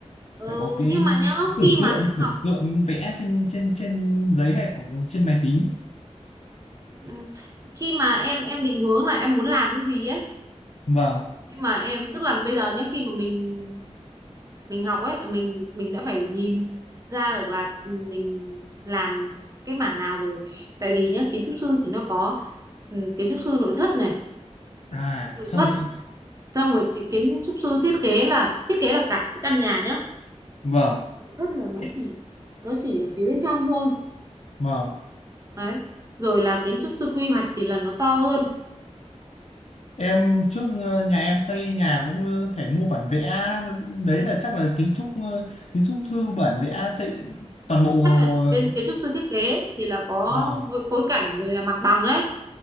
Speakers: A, on the right (about 30°); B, on the left (about 65°).
A: ừ
B: phải có cái
A: nhưng mà nhá
B: tưởng
A: khi mà
B: tượng
A: em học
B: tưởng tượng vẽ trên trên trên giấy hay hoặc trên máy tính
A: ừ, khi mà em em định hướng là em muốn làm cái gì ấy
B: vâng
A: khi mà em tức là bây giờ nhá khi mà mình mình học ấy là mình mình đã phải nhìn ra được là ừ, mình làm cái mảng nào rồi tại vì nhá kiến trúc sư thì nó có ừ, kiến trúc sư nội thất này
B: à
A: nội
B: xong
A: thất
B: rồi
A: xong rồi chị- kiến trúc sư thiết kế là thiết kế là cả cái căn nhà nhá
B: vâng
A: nội thất là nó
B: E-
A: chỉ nó chỉ ở phía bên trong thôi
B: vâng
A: đấy rồi là kiến trúc sư quy hoạch thì là nó to hơn
B: em trước ờ, nhà em xây nhà cũng ờ, phải mua bản vẽ đấy là chắc là kiến trúc ờ, kiến trúc thư bản vẽ xây toàn bộ
A: chắc là
B: ờ,
A: bên kiến trúc sư thiết kế thì là có
B: à
A: phối phối cảnh rồi là mặt bằng ấy